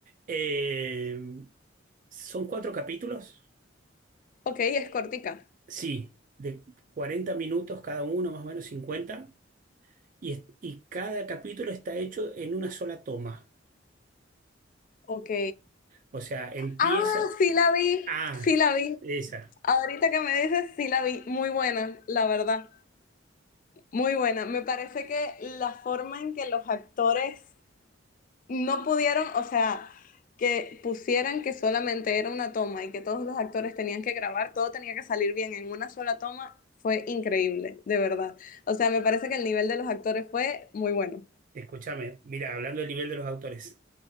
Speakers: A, on the right (about 45°); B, on the left (about 45°).
A: Eh, ¿son cuatro capítulos?
B: Ok, es cortica.
A: Sí, de 40 minutos cada uno, más o menos cincuenta Y, es- y cada capítulo está hecho en una sola toma.
B: Ok.
A: O sea, empieza.
B: Ah, sí la vi,
A: Ah,
B: sí la vi.
A: esa.
B: Ahorita que me dices, sí la vi. Muy buena, la verdad. Muy buena. Me parece que la forma en que los actores no pudieron, o sea, que pusieran que solamente era una toma y que todos los actores tenían que grabar, todo tenía que salir bien en una sola toma, fue increíble, de verdad. O sea, me parece que el nivel de los actores fue muy bueno.
A: Escúchame, mira, hablando del nivel de los autores.